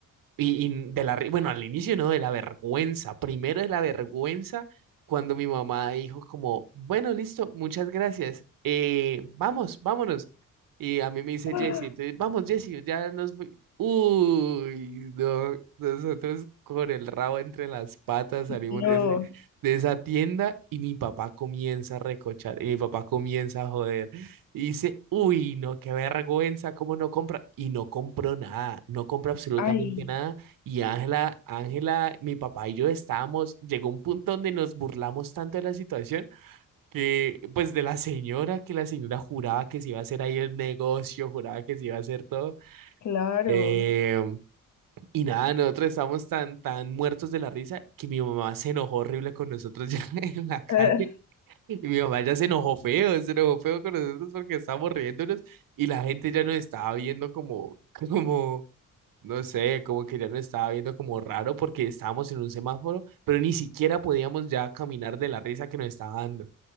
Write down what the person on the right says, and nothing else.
y, y de la, ri- bueno, al inicio no, de la vergüenza. Primero de la vergüenza, cuando mi mamá dijo como, bueno, listo, muchas gracias. eh, vamos, vámonos. Y a mí me dice
Jesse, entonces, vamos, Jesse, ya nos... fui". Uy, no, nosotros con el rabo entre las patas salimos
de, ese- de esa tienda y mi papá comienza a recochar, y mi papá comienza a joder. Y dice, uy, no, qué vergüenza, cómo no compra. Y no compró nada, no compró absolutamente
nada. Y Ángela, Ángela, mi papá y yo estábamos, llegó un punto donde nos burlamos tanto de la situación que, pues, de la señora, que la señora juraba que se iba a hacer ahí el negocio, juraba que se iba a hacer todo.
Eh, y nada, nosotros estábamos tan, tan muertos de la risa que mi mamá se enojó horrible con nosotros <laughs> ya en la calle.
Y mi mamá ya se enojó feo, se enojó feo con nosotros porque estábamos riéndonos y la gente ya nos estaba viendo como, <laughs> como, no sé, como que ya nos estaba viendo como raro porque estábamos en un semáforo, pero ni siquiera podíamos ya caminar de la risa que nos estaba dando.